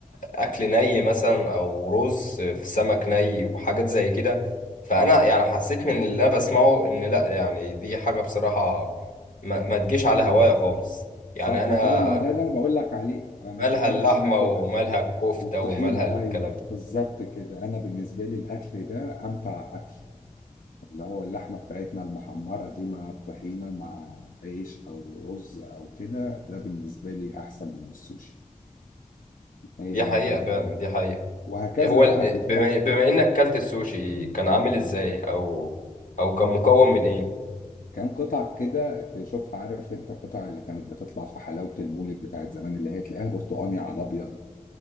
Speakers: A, on the left (about 70°); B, on the left (about 80°).
A: اكل ني مثلا او رز في سمك ني وحاجات زي كده فانا يعني حسيت من اللي انا بسمعه ان لا يعني دي حاجه بصراحه ما, ما تجيش على هوايا خالص يعني
B: صح
A: انا
B: كده ما هو ده اللي انا بقول لك عليه أنا ما
A: مالها
B: بحبش
A: اللحمه
B: انا اكل
A: ومالها
B: أ-
A: الكفته
B: والطحينه
A: ومالها الكلام
B: ايوه
A: ده
B: بالظبط كده انا بالنسبه لي الاكل ده امتع اكل اللي هو اللحمه بتاعتنا المحمره دي مع الطحينه مع عيش او رز او كده ده بالنسبه لي احسن من السوشي إيه
A: دي حقيقه فعلا دي حقيقه
B: وهكذا
A: هو
B: بقى
A: ال-
B: في الك...
A: بما, بما انك كلت السوشي كان عامل ازاي او او كان مكون من ايه
B: كان قطع كده تشوفها عارف انت قطع اللي كانت بتطلع في حلاوه المولد بتاعت زمان اللي هي تلاقيها برتقاني على ابيض